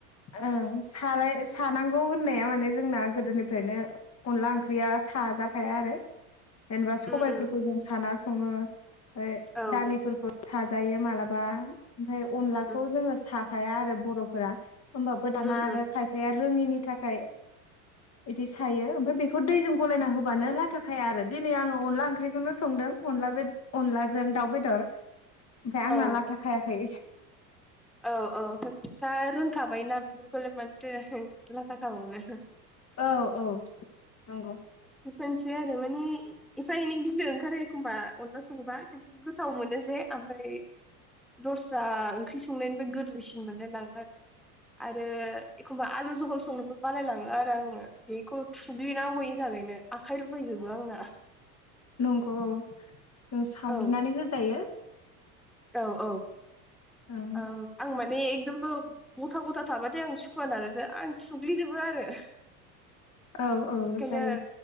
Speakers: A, on the left (about 35°); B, in the centre.
A: ओं। सालाय सानांगौ होननाया माने जोंना गोदोनिफ्रायनो अनला ओंख्रिया साजाखाया आरो जेनेबा सबायफोरखौ
B: उम उम
A: जों साना सङो। ओमफ्राय
B: औ
A: दालिफोरखौ
B: उम
A: साजायो मालाबा ओमफाय अनलाखौ
B: उम
A: जोङो सा साया आरो बर'फोरा होमबाबो दाना
B: उम
A: आरो
B: उम
A: खायफाया रोङिनि थाखाय इदि सायो ओमफ्राय बेखौ दैजों गलायना होबानो लाथााखाया आरो दिनै आङो अनला ओंख्रिखौनो संदों अनला बे अनलाजों दाउ बेदर ओमफ्राय आंना
B: औ
A: लाथा खायाखै।
B: औ औ <inaudible> रोंखाबाय ना बेफोरखौलाय मानोथो लाथा खाबावनो।
A: औ औ नंगौ।
B: बेफोरनसै आरो माने एफा एनै गिनो ओंखारो एखमबा अनला सङोबा खिन्थु गोथाव मोनो जे ओमफ्राय दस्रा ओंख्रि संनायनिफ्राय गोरलैसिन मोनलाय लाङो आरो आरो एखमबा आलु जहल संनोबो बालायलाङो आरो आङो बेखौ थुग्लिनांगौनि थाखाय। ओनो आखाइ रुबायजोबो आंना।
A: नंगौ औ जों साग्लिनानै
B: औ
A: होजायो।
B: औ औ
A: ओं
B: आं माने एकदमबो गथा गथा थाबाथाय आं सुखुवा नालायथो आं थुग्लिजोबो आरो।
A: औ औ
B: ओंखायनो
A: जायो